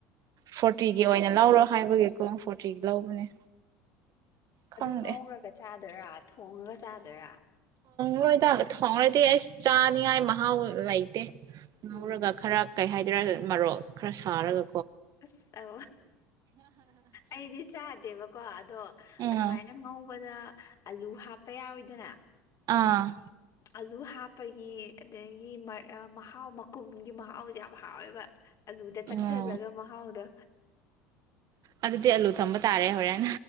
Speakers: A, on the right; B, on the left.
A: ꯐꯣꯔꯇꯤꯒꯤ ꯑꯣꯏꯅ ꯂꯧꯔꯣ ꯍꯥꯏꯕꯒꯤꯀꯣ ꯐꯣꯔꯇꯤꯒꯤ ꯂꯧꯕꯅꯦ
B: ꯑꯗꯨ
A: ꯈꯪꯗꯦ
B: ꯉꯧꯔꯒ ꯆꯥ ꯗ ꯊꯣꯡꯉꯒ ꯆꯥꯗꯣꯏꯔꯥ
A: ꯑꯩꯈꯣꯏꯗ ꯊꯣꯡꯉꯗꯤ ꯑꯁ ꯆꯥꯅꯤꯉꯥꯏ ꯃꯍꯥꯎ ꯂꯩꯇꯦ ꯉꯧꯔꯒ
B: ꯎꯝ
A: ꯈꯔ ꯀꯩ ꯍꯥꯏ ꯃꯔꯣꯛ ꯈꯔ ꯁꯥꯔꯒ
B: ꯑꯁ ꯑ ꯑꯩꯗꯤ ꯆꯥꯗꯦꯕꯀꯣ ꯑꯗꯣ
A: ꯎꯝ
B: ꯑꯗꯨꯃꯥꯏꯅ ꯉꯧꯕꯗ ꯑꯂꯨ ꯍꯥꯞꯄ ꯌꯥꯎꯋꯣꯏꯗꯅ
A: ꯑꯥ
B: ꯑꯂꯨ ꯍꯥꯞꯄꯒꯤ ꯑꯗꯒꯤ ꯃꯍꯥꯎ ꯃꯀꯨꯝꯒꯤ ꯃꯍꯥꯎꯁꯦ ꯌꯥꯝ ꯍꯥꯎꯋꯦꯕ ꯑꯗꯨꯂꯗ ꯆꯪꯁꯤꯜꯂꯒ
A: ꯎꯝ
B: ꯃꯍꯥꯎꯗ
A: ꯑꯗꯨꯗꯤ ꯑꯂꯨ ꯊꯝꯕ ꯇꯥꯔꯦ ꯍꯔꯦ